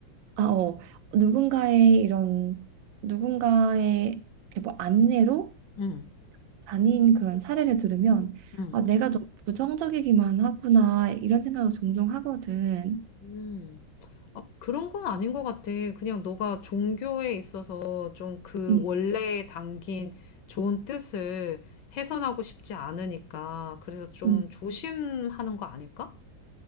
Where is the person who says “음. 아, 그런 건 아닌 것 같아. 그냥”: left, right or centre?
Left